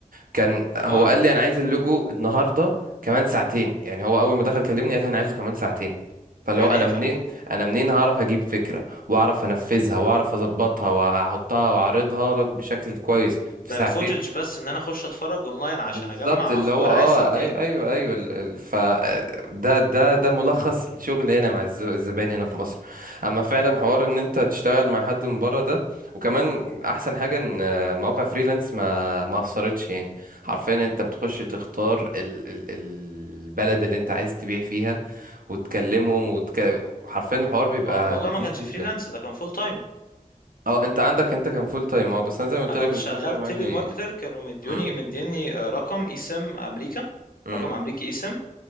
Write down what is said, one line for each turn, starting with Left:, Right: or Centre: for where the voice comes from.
Right: كان هو
Left: اه
Right: قال لي انا عايز اللوجو النهارده كمان ساعتين يعني هو اول ما دخل كلمني قال لي انا عايزه كمان ساعتين فاللي
Left: يعني
Right: هو انا
Left: ايه يا
Right: منين
Left: فندم
Right: انا منين هعرف اجيب فكره واعرف انفذها واعرف اظبطها واحطها واعرضها لك بشكل كويس في
Left: ده
Right: ساعتين
Left: الفوتج بس ان انا اخش اتفرج اونلاين عشان
Right: بالظبط
Left: اجمع
Right: اللي
Left: افكار
Right: هو اه
Left: عايز ساعتين
Right: اي ايوه ايوه ال- ال- ف ده ده ده ملخص الشغل هنا مع الز- الزباين هنا في مصر اما فعلا حوار ان انت تشتغل مع حد من بره ده وكمان احسن حاجه ان آه، مواقع فريلانس ما ما اثرتش يعني حرفيا انت بتخش تختار ال ال البلد اللي انت عايز تبيع فيها وتكلمهم وتك... حرفيا الحوار بيبقى
Left: ما هو الموضوع
Right: لذيذ
Left: ما كانش
Right: جدا
Left: فريلانس ده كان فول تايم
Right: اه انت عندك انت كان فول تايم اه بس انا زي ما قلت
Left: انا
Right: لك
Left: كنت
Right: الفول
Left: شغال
Right: تايم عندي
Left: تيلي ماركتر كانوا مديوني
Right: مم،
Left: مديني آه، رقم اي سم امريكا
Right: مم،
Left: رقم امريكي اي سم